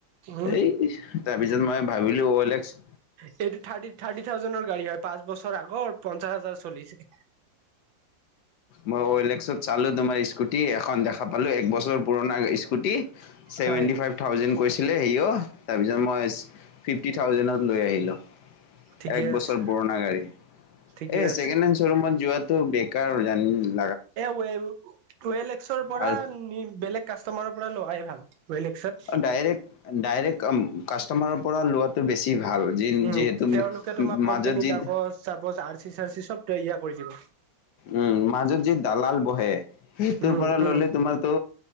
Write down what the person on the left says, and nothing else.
এই, তাৰপিছত মই ভাবিলো অ' এলে এক্স
মই অ' এল এক্সত চালোঁ তোমাৰ স্কুটি এখন, দেখা পালোঁ এক বছৰৰ পুৰণা স্কুটি চেভেণ্টি
ফাইভ থাউজেণ্ড কৈছিলে হি ও, তাৰপিছত মই ফিফটি থাউজেণ্ডত লৈ আহিলোঁ।
এক বছৰ
পুৰণা গাড়ী।
এই
ছেকেণ্ড হেনছ ৰুমত যোৱাটো বেকাৰ হয় জানা <unintelligible>
আৰু
ডাইৰেক্ট-ডাইৰেক্ট আম-কাষ্টমাৰৰ পৰা লোৱা বেছি ভাল, যিন-যিহেতু
ম-মাজত
যি-অ',
উম, মাজত যি দালাল বহে, সেইটোৰ
পৰা ল'লে
তোমাৰতো